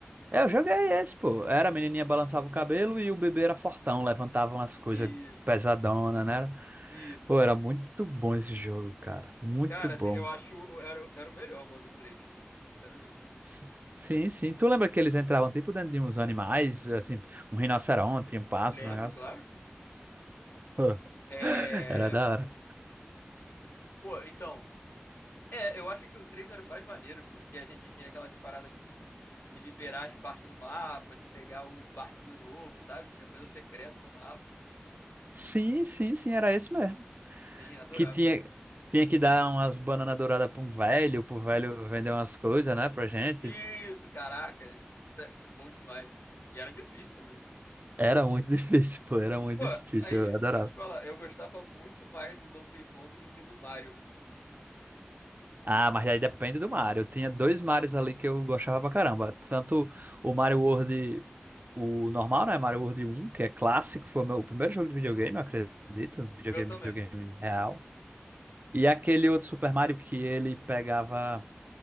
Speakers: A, on the right (about 45°); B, on the left (about 75°).
A: É, eu joguei esse, pô. Era a menininha balançava o cabelo e o bebê era fortão, levantavam as coisas
B: isso,
A: pesadona, né?
B: isso.
A: Pô, era muito bom esse jogo, cara. Muito
B: Cara,
A: bom.
B: assim, eu acho o- era, era o melhor, mano, o 3. Sinceramente.
A: S- Sim, sim. Tu lembra que eles entravam tipo dentro de uns animais, assim, um rinoceronte, um pássaro,
B: Lembro,
A: um negócio?
B: claro.
A: Pô,
B: É...
A: era da hora.
B: Pô, então. É, eu acho que o 3 era o mais maneiro, porque a gente tinha aquelas paradas de, de liberar as partes do mapa, de pegar o barquinho novo, sabe? Tinha coisa secreta no mapa.
A: Sim, sim, sim, era esse mesmo.
B: Sim, adorava.
A: que tinha, tinha que dar umas bananas douradas pra um velho, pro velho vender umas coisas, né, pra gente.
B: Isso, caraca. tá- é Bom demais, mano. E era difícil também.
A: Era muito <laughs> difícil, pô, era muito
B: Pô,
A: difícil,
B: aí,
A: eu adorava.
B: eu vou te falar, eu gostava muito mais do Donkey Kong do que do Mario.
A: Ah, mas aí depende do Mario. Eu tinha dois Marios ali que eu gostava pra caramba. Tanto o Mario World, o normal, né, Mario World um, que é clássico, foi o meu primeiro jogo de videogame, eu acredito, videogame,
B: O meu também.
A: videogame real. E aquele outro Super Mario que ele pegava,